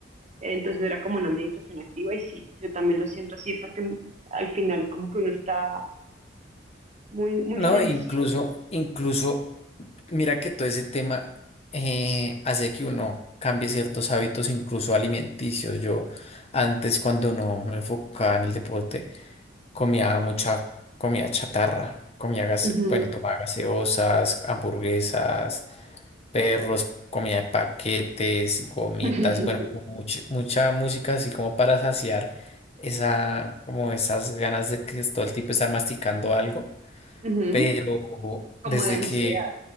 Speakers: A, on the right; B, on the left.
A: Entonces era como una meditación activa y sí, yo también lo siento así porque al final como que uno está muy, muy
B: No,
A: sensible.
B: incluso, incluso Mira que todo ese tema eh, hace que uno cambie ciertos hábitos, incluso alimenticios. Yo antes, cuando no me enfocaba en el deporte, comía mucha comida chatarra, comía gase-
A: Ujú.
B: bueno, tomaba gaseosas, hamburguesas, perros, comida de paquetes, gomitas,
A: <laughs>
B: bueno, como much- mucha música así como para saciar esa, como esas ganas de que todo el tiempo estar masticando algo.
A: Ujú.
B: Pero
A: Como
B: desde
A: de ansiedad.
B: que